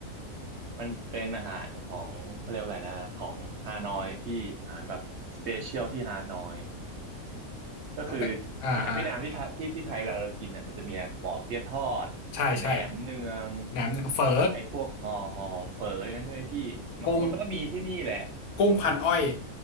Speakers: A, on the right; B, on the left.
A: มันเป็นอาหารของเขาเรียกว่าอะไรนะของฮานอยพี่อาหารแบบสเปเชียลที่ฮานอยก็คือ
B: ต้องไปอ่าอ่า
A: อาหารเวียดนามที่ไทยที่ที่ไทยเวลาเรากินเนี่ยมันจะมีปอเปี๊ยะทอดแหนมเนือง
B: ใช่ใช่แหนมเฝอ
A: ไอ้พวกห่อห่อเฝออย่างนั้นใช่ไหมพี่มันมันก็มีที่นี่แหละ
B: กุ้งกุ้งพันอ้อย